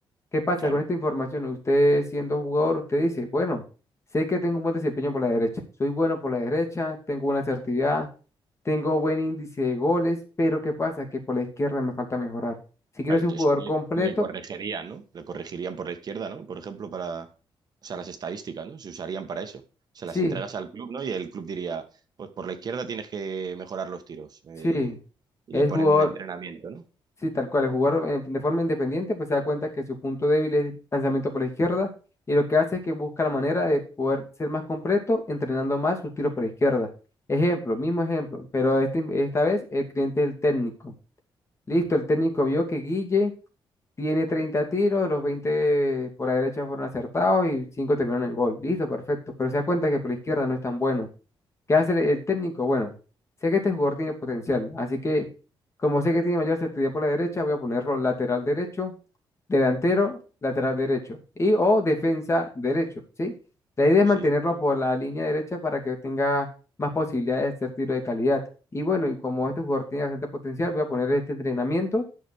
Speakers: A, on the left (about 30°); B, on the right (about 50°).
A: ¿Qué pasa
B: claro.
A: con esta información? Usted siendo jugador, usted dice, bueno, sé que tengo un buen desempeño por la derecha, soy bueno por la derecha, tengo buena asertividad, tengo buen índice de goles, pero ¿qué pasa? Que por la izquierda me falta mejorar. Si quiero
B: Claro,
A: ser
B: entonces
A: un jugador
B: le,
A: completo,
B: le corregirían, ¿no? Le corregirían por la izquierda, ¿no? Por ejemplo, para, o sea, las estadísticas, ¿no? Se usarían para eso. Se
A: sí,
B: las entregas al club, ¿no? Y el club diría, pues por la izquierda tienes que mejorar los tiros. eh,
A: sí.
B: y
A: El
B: le ponen
A: jugador,
B: un entrenamiento, ¿no?
A: Sí, tal cual, el jugar eh, de forma independiente, pues se da cuenta que su punto débil es lanzamiento por la izquierda y lo que hace es que busca la manera de poder ser más completo entrenando más sus tiros por la izquierda. Ejemplo, mismo ejemplo, pero este- esta vez el cliente es el técnico. Listo, el técnico vio que Guille tiene 30 tiros, los 20 por la derecha fueron acertados y 5 terminaron en gol. Listo, perfecto, pero se da cuenta que por la izquierda no es tan bueno. ¿Qué hace el el técnico? Bueno, sé que este jugador tiene potencial, así que como sé que tiene mayor actividad por la derecha, voy a ponerlo lateral derecho, delantero, lateral derecho y o defensa derecho, ¿sí? La idea es
B: Sí.
A: mantenerlo por la línea derecha para que tenga más posibilidades de hacer tiro de calidad. Y bueno, y como este jugador tiene bastante potencial, voy a poner este entrenamiento